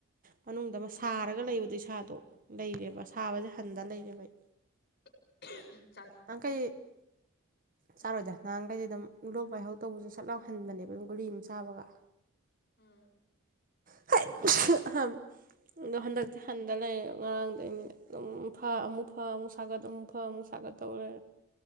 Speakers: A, on the right; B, on the left.
A: ꯃꯅꯨꯡꯗ ꯑꯃ ꯁꯥꯔꯒ ꯂꯩꯕꯗꯨ ꯏꯁꯥꯗꯣ ꯂꯩꯔꯦꯕ
B: ꯎꯝ
A: ꯁꯥꯕꯁꯤ ꯍꯟꯗ ꯂꯩꯔꯦꯕ ꯑꯩ
B: <unintelligible>
A: ꯑꯪ ꯀꯩ ꯆꯥꯔꯣꯏꯗ ꯅꯍꯥꯟꯈꯩꯗꯤ ꯑꯗꯨꯝ ꯂꯣꯛ ꯂꯥꯏꯍꯧ ꯇꯧꯕꯁꯨ ꯁꯠ ꯂꯥꯎꯍꯟꯕꯅꯦꯕ ꯑꯗꯨꯝ ꯒꯨꯂꯤ ꯑꯃ ꯆꯥꯕꯒ
B: ꯑꯝ
A: <unintelligible> ꯑꯍꯝ ꯑꯗꯣ ꯍꯟꯗꯛꯇꯤ ꯍꯟꯗ ꯂꯩꯔꯦ ꯉꯔꯥꯡꯗꯩꯅꯤꯅ ꯑꯗꯨꯝ ꯐ ꯑꯃꯨꯛ ꯐ ꯑꯃꯨꯛ ꯁꯥꯒꯠ ꯑꯃꯨꯛ ꯐ ꯑꯃꯨꯛ ꯁꯥꯒꯠ ꯇꯧꯔꯦ